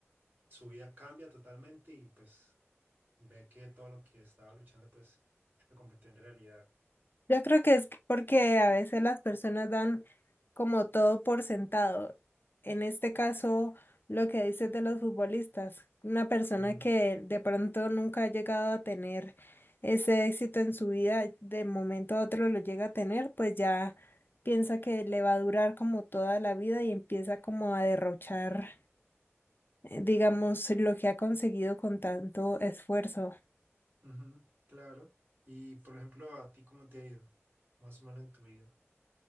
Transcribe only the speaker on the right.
su vida cambia totalmente y pues ve que todo lo que estaba luchando pues lo convirtió en realidad.
Ujú,
ujú, claro. Y por ejemplo, ¿a ti cómo te ha ido? Más o menos en tu vida.